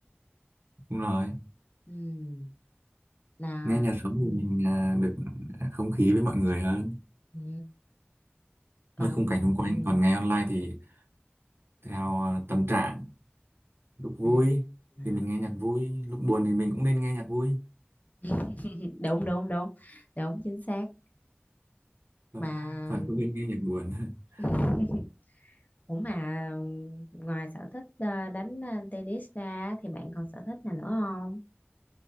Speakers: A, on the right; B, on the left.
A: đúng rồi
B: ừ là
A: nghe nhạc sống
B: ừ.
A: thì mình à, được à, không khí với mọi người hơn
B: Ừ. còn
A: với khung cảnh xung quanh
B: ừm,
A: còn nghe online thì theo à, tâm trạng lúc vui
B: à, à.
A: thì mình nghe nhạc vui lúc buồn thì mình cũng nên nghe nhạc vui
B: <laughs> đúng đúng đúng đúng chính xác
A: còn
B: mà
A: còn không nên nghe nhạc buồn <laughs>
B: <laughs> ủa mà ngoài sở thích ờ, đánh ờ, tennis ra thì bạn còn sở thích nào nữa không